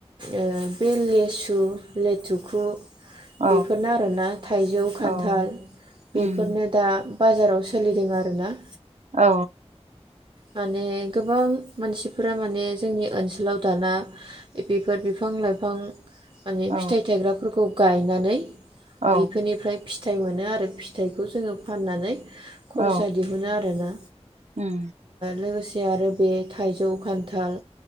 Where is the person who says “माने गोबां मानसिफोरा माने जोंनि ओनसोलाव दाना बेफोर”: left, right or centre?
Right